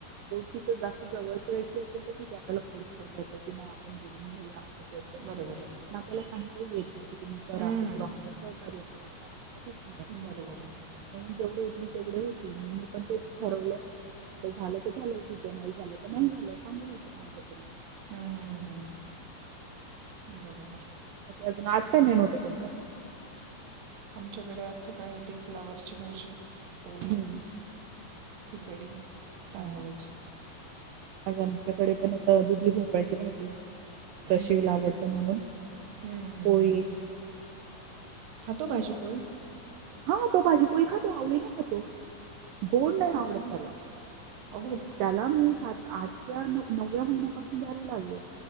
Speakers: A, on the right; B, on the right.
A: कि जास्त जवळचे व्यक्ती असेल तर ठीक आहे आपल्याला फोर्स करता येत की नाही आपण बोलून घेऊया असं करू तसं
B: बरोबर
A: करू
B: आहे ना
A: पण आपल्याला सांगता नाही की तुम्ही करा
B: हम्म,
A: किंवा मला सहकार्य करा काय काहीच नाही उगाचच
B: बरोबर आहे
A: म्हणून जेवढे तेवढे होतील म मी पण तेच ठरवलं झालं तर झालंय ठीके नाही झालं तर नाही झालं सांगू म्हटलं
B: हम्म, हम्म, हम्म, हम्म. बरोबर
A: अजून काय मिेळूत तुमचा
B: आमच्याकडे आज सकाळी होती फ्लावरची भाजी पोळी
A: हम्म
B: खिचडी तांदळाची
A: हा आज आमच्याकडे पण आता दुधी भोपाळची भाजी
B: हम्म,
A: रशीला
B: हम्म,
A: आवडतो
B: हम्म, हम्म.
A: म्हणून
B: हम्म, हम्म,
A: पळी
B: हम्म, हम्म. खातो भाजी पोळी
A: हा तो भाजीपोळी खातो आवडी खातो गोड
B: बरं
A: नाही
B: आहे
A: आवडत
B: चांगलं
A: त्याला
B: अगो बाई
A: त्याला मी स आठव्या नवव्या महिन्यापासून द्यायला लागले